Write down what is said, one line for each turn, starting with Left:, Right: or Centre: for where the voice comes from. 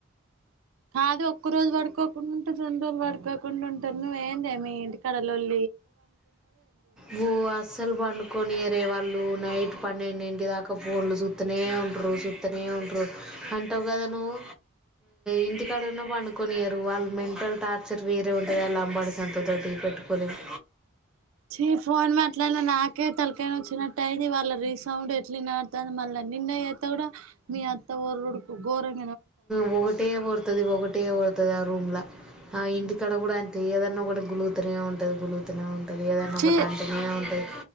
Right: కాదు ఒక్క రోజు పడుకో ఉంటే రో వా <unintelligible> <unintelligible> తప్పకుండాఉంటాను నువ్వు ఏందే మీ ఎక్కడ లోల్లి
Centre: భో అస్సలు పండుకొనియరే వాళ్ళు రూ నైట్ పన్నెండు ఇంటి దాకా ఫోన్ లు చూస్తానే ఉంటరు చూస్తానే ఉంటరు అంటావు కదా నువ్వు ఇంటి కాడ ఉన్న పండుకోనియ్యరు వాళ్ళు మెంటల్ టార్చర్ వేరే ఉంటది వాళ్ళ వాడి సంతతోటి పెట్టుకొలేము
Right: చి ఫోన్ మాట్లాడి న నాకే తలకాయనోచ్చినట్టు అయింది వాళ్ళ రీసౌండ్ ఎట్ల వినడతుంది మళ్ళ నిన్న మీ అత్త కూడా మీ అత్త ఎవర గోరం
Centre: పోటయే పోతది పోట <unintelligible> ంట కదా రూమ్ల ఆ ఇంటి కాడ కూడా అం తె ఏదన్న కూడా గులు అతూనే ఉంటది గులుతూనే ఉంటంది ఏదన్న
Right: ఛీ
Centre: ఒకటి అంటనే ఉంటుంది